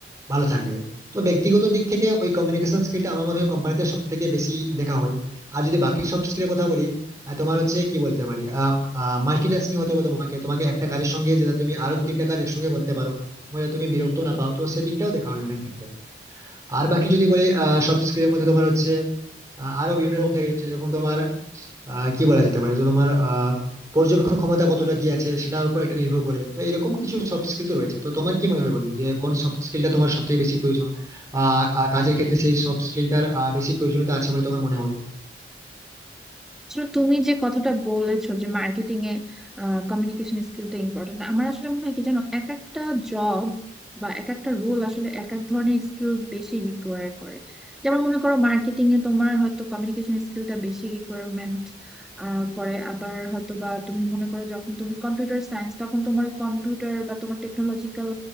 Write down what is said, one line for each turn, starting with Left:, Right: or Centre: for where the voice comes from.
Right: ভালো থাকবে তো ব্যক্তিগত দিক থেকে ওই কমিউনিকেশন স্কিলটা আমার মনে হয় কোম্পানিতে সব থেকে বেশি দেখা হয় আর যদি বাকি সফট স্কিলের কথা বলি আর তোমার হচ্ছে কি বলতে পারি মাল্টিটাস্কিং হতে হবে তোমাকে তোমাকে একটা কাজের সঙ্গে যেটা তুমি আরো দু তিনটা কাজ একসঙ্গে করতে পারো এবং যাতে তুমি বিরক্ত না পাও তো সেদিকটাও দেখা হবে অনেক ক্ষেত্রে আর বাকি যদি বলি সব স্কিলের মধ্যে তোমার হচ্ছে আহ, আরো বিভিন্ন রকম থেকে যাচ্ছে যেরকম তোমার আহ, কি বলা যেতে পারে যে তোমার আহ পর্যবেক্ষণ ক্ষমতা কতটা কি আছে সেটার উপর এটা নির্ভর করে তো এরকম কিছু সফট স্কিল তো রয়েছে তো তোমার কি মনে হয় বন্ধু যে কোন সফট স্কিলটা তোমার সব থেকে বেশি প্রয়োজন বা আহ, কাজের ক্ষেত্রে সেই সফট স্কিলটার বেশি প্রয়োজনীয়তা আছে বলে তোমার মনে হয়
Centre: আসলে তুমি যে কথাটা বলেছো যে মার্কেটিং এ কমিউনিকেশন স্কিলটা ইম্পর্টেন্ট আমার আসলে মনে হয় কি জানো এক একটা জব বা এক একটা রোল আসলে এক এক ধরনের স্কিলস বেশি রিকোয়ার করে যেমন মনে করো মার্কেটিং এ তোমার হয়তো কমিউনিকেশন স্কিলটা বেশি রিকোয়ারমেন্ট করে আবার হয়তো বা তুমি মনে করো যখন তুমি কম্পিউটার সায়েন্স তখন তোমার কম্পিউটার বা তোমার টেকনোলজিক্যাল